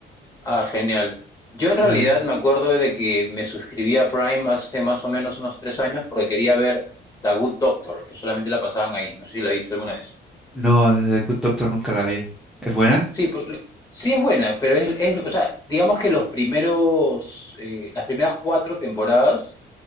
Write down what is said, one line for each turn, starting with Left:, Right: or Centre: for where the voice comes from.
Left: Ah, genial. Yo
Centre: Sí.
Left: en realidad me acuerdo de que me suscribí a Prime hace más o menos unos tres años porque quería ver The Good Doctor, que solamente la pasaban ahí. No sé si la viste alguna vez.
Centre: No, The Good Doctor nunca la vi. ¿Es buena?
Left: Sí, porque- sí es buena, pero es, es- o sea, digamos que los primeros, eh, las primeras cuatro temporadas